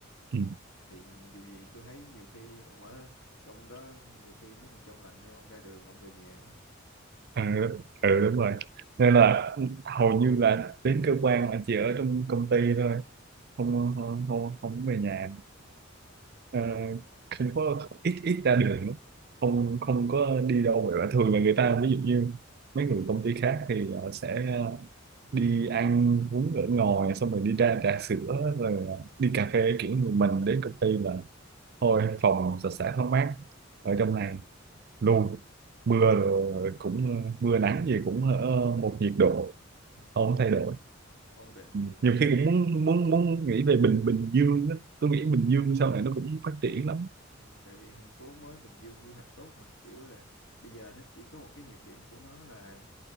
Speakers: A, on the left; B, on the right.
A: ừ.
B: ừ.
A: Thì dù gì tôi thấy nhiều khi ông ở trong đó nhiều khi nó còn trong lành hơn ông ra đường ông về nhà
B: Ừ, ừ đúng rồi nên là hầu như là đến cơ quan là chỉ ở trong công ty thôi không không không, không về nhà Ờ, không có ít ít ra đường lắm. không không có đi đâu vậy thường là người ta ví dụ như mấy người công ty khác thì họ sẽ
A: Ừ.
B: đi ăn uống ở ngoài xong rồi đi ra trà sữa rồi ờ, đi cà phê kiểu người mình đến công ty là thôi phòng sạch sẽ thoáng mát ở trong này luôn mưa rồi ờ, cũng ờ, mưa nắng gì cũng ở một nhiệt độ
A: Ừ.
B: không thay đổi
A: Ừ. ổn định
B: Ừ.
A: vậy đi
B: nhiều khi cũng muốn muốn muốn nghĩ về Bình Bình Dương á. tôi nghĩ Bình Dương sau này nó cũng phát triển lắm
A: ừ, tại vì thành phố mới Bình Dương quy hoạch tốt mà kiểu là bây giờ nó chỉ có một cái nhược điểm của nó là